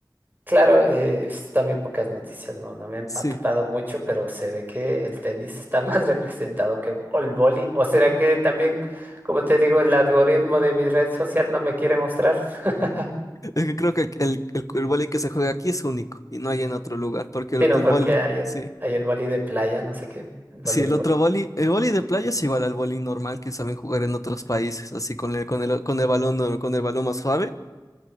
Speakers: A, on the right; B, on the left.
A: Claro, eh, he visto también pocas noticias, no, no me he empapado
B: Sí,
A: mucho, pero se ve que el tenis está más <laughs> representado que el vóley. ¿O será que también, como te digo, el algoritmo de mi red social no me quiere mostrar? <laughs>
B: es que creo que el, el, el, el vóley que se juega aquí es único y no hay en otro lugar, porque el,
A: Sino
B: el
A: porque
B: vóley,
A: hay, el-
B: sí.
A: hay el vóley de playa, no sé qué, el voleibol.
B: Sí, el otro vóley, el vóley de playa es igual al vóley normal que saben jugar en otros países, así con el, con el, con el balón, no, con el balón más suave